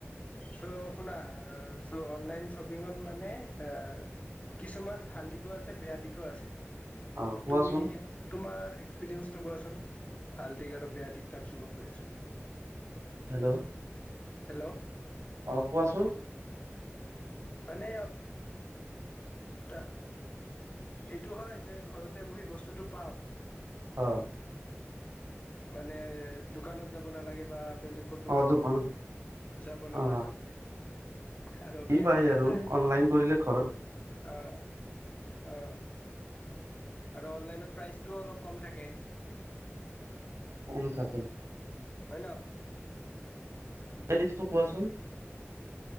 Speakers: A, on the left; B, on the right.
A: চ' শুনা চ' অনলাইন শ্বপিঙত মানে আ কিছুমান ভাল দিশো আছে বেয়া দিশো আছে।
B: অ কোৱাচোন
A: তুমি তোমাৰ। এক্সপিৰিয়েন্ঞ্চটো কোৱাচোন ভাল দিশ আৰু বেয়া দিশ তাৰপিছত কৈ আছোঁ
B: হেল্ল',
A: হেল্ল',
B: অ ' কোৱাচোন।
A: মানে আ এইটো হয় যে ঘৰতে বহি বস্তুটো পাওঁ।
B: অ'
A: মানে দোকানত যাব নালাগে বা বেলেগ কতো
B: অ দোকানত
A: যাবলে
B: অ
A: নেলাগে। আৰু
B: কি
A: বেয়া
B: পায়
A: দিশ
B: আৰু
A: এটাই
B: অনলাইন কৰিলে ঘৰত
A: অ অ আৰু অনলাইনত প্ৰাইচটোও অলপ কম থাকে,
B: কম থাকে।
A: হয় ন'
B: এড্ৰেছটো কোৱা চোন।